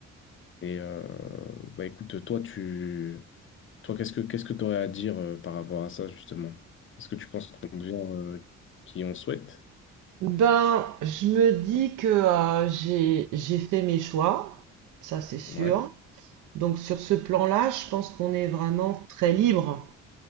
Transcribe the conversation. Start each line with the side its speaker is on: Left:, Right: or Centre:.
Left: Et euh, bah écoute, toi, tu toi, qu'est-ce que qu'est-ce que tu aurais à dire euh, par rapport à ça, justement? Est-ce que tu penses qu'on devient euh, qui on souhaite?
Right: Ben, je me dis que euh, j'ai, j'ai fait mes choix, ça c'est sûr.
Left: Ouais.
Right: Donc sur ce plan-là, je pense qu'on est vraiment très libre.